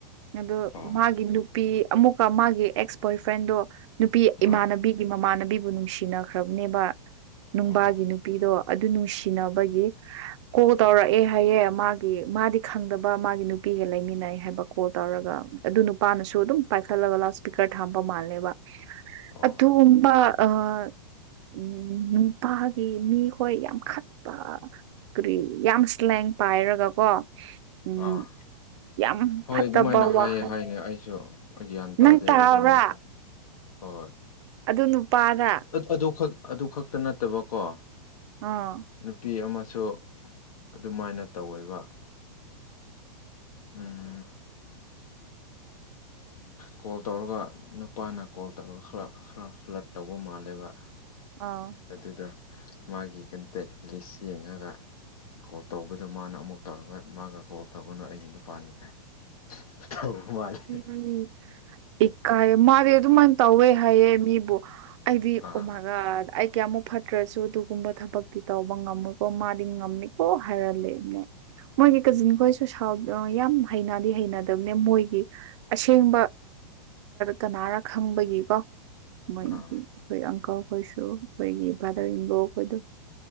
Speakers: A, on the right; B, on the left.
A: ꯑꯗꯣ
B: ꯑꯣ
A: ꯃꯥꯒꯤ ꯅꯨꯄꯤ ꯑꯃꯨꯛꯀ ꯃꯥꯒꯤ ꯑꯦꯛꯁ ꯕꯣꯏ ꯐ꯭ꯔꯦꯟꯗꯣ ꯅꯨꯄꯤ ꯏꯃꯥꯟꯅꯕꯤꯒꯤ
B: ꯑꯥ
A: ꯃꯃꯥꯟꯅ ꯅꯨꯡꯁꯤꯅꯈ꯭ꯔꯕꯅꯦꯕ ꯅꯨꯡꯕꯥꯒꯤ
B: ꯑꯣ
A: ꯅꯨꯄꯤꯗꯣ ꯑꯗꯨ ꯅꯨꯡꯁꯤꯅꯕꯒꯤ ꯀꯣꯜ ꯇꯧꯔꯛꯑꯦ ꯍꯥꯏꯌꯦ ꯃꯥꯒꯤ ꯃꯥꯗꯤ ꯐꯪꯗꯕ ꯃꯥꯒꯤ ꯅꯨꯄꯤꯒ ꯂꯩꯃꯤꯟꯅꯩ ꯍꯥꯏꯕ ꯀꯣꯜ ꯇꯧꯔꯒ ꯑꯗꯨ ꯅꯨꯄꯥꯅꯁꯨ ꯑꯗꯨꯝ ꯄꯥꯏꯈꯠꯂꯒ ꯂꯥꯎꯠ ꯁꯄꯤꯀꯔ ꯊꯝꯕ ꯃꯥꯜꯂꯦꯕ
B: ꯑꯥ
A: ꯑꯗꯨꯕ ꯑ ꯎꯝ ꯅꯨꯄꯥꯒꯤ ꯃꯤꯈꯣꯏ ꯌꯥꯝ ꯈꯠꯄ ꯀꯔꯤ ꯌꯥꯝ ꯁ꯭ꯂꯦꯡ ꯄꯥꯏꯔꯒꯀꯣ ꯎꯝ
B: ꯑꯥ
A: ꯌꯥꯝ
B: ꯍꯣꯏ
A: ꯐꯠꯇꯕ
B: ꯑꯗꯨꯃꯥꯏꯅ ꯍꯥꯏꯌꯦ
A: ꯋꯥꯍꯩ
B: ꯍꯥꯏꯅꯦ ꯑꯩꯁꯨ ꯒ꯭ꯌꯥꯟ ꯇꯥꯗꯦ
A: ꯅꯪ ꯇꯥꯕ꯭ꯔꯥ
B: ꯑꯗꯨꯅꯦ ꯍꯣꯏ
A: ꯑꯗꯨ ꯅꯨꯄꯥꯗ
B: ꯑꯗꯨꯈꯛ ꯑꯗꯨ ꯈꯛꯇ ꯅꯠꯇꯕꯀꯣ
A: ꯑꯥ
B: ꯅꯨꯄꯤ ꯑꯃ ꯁꯨ ꯑꯗꯨꯃꯥꯏꯅ ꯇꯧꯋꯦꯕ ꯎꯝ
A: <unintelligible>
B: ꯀꯣꯜ ꯇꯧꯔꯒ ꯅꯨꯄꯥꯅ ꯀꯣꯜ ꯇꯧꯔꯒ ꯈꯔ ꯈꯔ ꯐ꯭ꯂꯠ ꯇꯧꯕ ꯃꯥꯜꯂꯦꯕ
A: ꯑꯥ
B: ꯑꯗꯨꯗꯣ ꯃꯥꯒꯤ ꯀꯟꯇꯦꯛ ꯂꯤꯁ ꯌꯦꯡꯉꯒ ꯀꯣꯜ ꯇꯧꯕꯗꯨ ꯃꯥꯅ ꯑꯃꯨꯛ ꯇꯧꯔꯒ ꯃꯥꯒ ꯀꯣꯜ ꯇꯧꯒꯅꯨ ꯑꯩ ꯅꯨꯄꯥꯅꯤ ꯀꯥꯏ ꯇꯧꯕ ꯃꯥꯅꯦ
A: ꯎꯝ ꯏꯀꯥꯏꯌꯦ ꯃꯥꯗꯤ ꯑꯗꯨꯃꯥꯏꯅ ꯇꯧꯋꯦ ꯍꯥꯏꯌꯦ ꯃꯤꯕꯨ ꯑꯩꯗꯤ
B: ꯑꯥ
A: ꯎꯃꯒ ꯑꯩ ꯀꯌꯥꯃꯨꯛ ꯐꯠꯇ꯭ꯔꯁꯨ ꯑꯗꯨꯒꯨꯝꯕ ꯊꯕꯛꯇꯤ ꯇꯧꯕ ꯉꯝꯃꯨꯀꯣ ꯃꯥꯗꯤ ꯉꯝꯃꯤꯀꯣ ꯍꯥꯏꯂ ꯂꯩꯕꯅꯦ ꯃꯣꯏꯒꯤ ꯀꯖꯤꯟ ꯈꯣꯏꯁꯨ ꯁꯥꯎ ꯌꯥꯝ ꯍꯩꯅꯗꯤ ꯍꯩꯅꯗꯦ ꯃꯣꯏꯒꯤ ꯑꯁꯦꯡꯕ ꯀꯅꯥꯅ ꯈꯪꯕꯒꯤꯀꯣ ꯃꯣꯏꯗꯤ
B: ꯑꯥ
A: ꯑꯩꯈꯣꯏ ꯑꯪꯀꯜꯈꯣꯏꯁꯨ ꯑꯩꯈꯣꯏꯒꯤ ꯕ꯭ꯔꯥꯗꯔ ꯏꯟꯂꯣꯈꯣꯢꯗꯣ